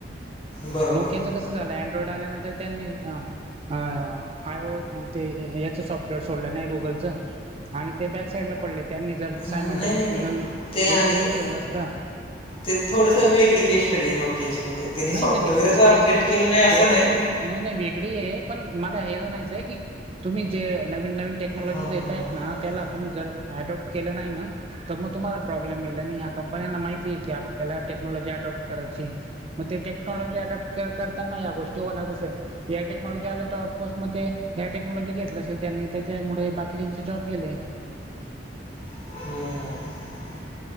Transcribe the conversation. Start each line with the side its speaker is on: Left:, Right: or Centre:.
Left: बरोबर.
Right: नोकियाच कसं झालंय. अनड्रॉइड आल्यानंतर त्यांनी अ.. अ आय ते याच सॉफ्टवेअर सोडलं नाही गुगलचं. आणि ते बॅक साइडला पडले त्यांनी जर, सायमल्टेनिसली
Left: नाही, नाही, नाही.
Right: नवी
Left: ते आणि
Right: एक युनिट ठेवलं असत
Left: ते थोडीस वेगळी केस स्टडी नोकीयाची म्हणजे. त्यांनी
Right: नाही
Left: सॉफ्टवेअरच
Right: म्हणजे केस
Left: अपडेट
Right: के स्टडी.
Left: केलं नाही असं
Right: के स्टडी
Left: नाही.
Right: वे नाही नाही वेगळी आहे, पण मला हे नाहीयचंय की. तुम्ही जे नवीन नवीन टेक्नॉलॉजीज
Left: हां, हां,
Right: येतायत.
Left: हां,
Right: ना
Left: हां, हां.
Right: त्याला तुम्ही जर ॲडॉप्ट केलं नाही ना. तर मग तुम्हाला प्रॉब्लेम येईल. आणि ह्या कंपन्यांना माहिती आहे की, आपल्याला टेक्नॉलॉजी अडॉप्ट करायची. मग ते टेक्नॉलॉजी अडेप्ट करताना. या गोष्टी होणारच ये. या टेक्नॉलॉजी आलं तर ऑफकोर्स मग ते. हे टेक्नॉलॉजी घेतलं असेल त्यांनी त्यांच्यामुळे बाकीच्या चे जॉब गेले.
Left: हम्म.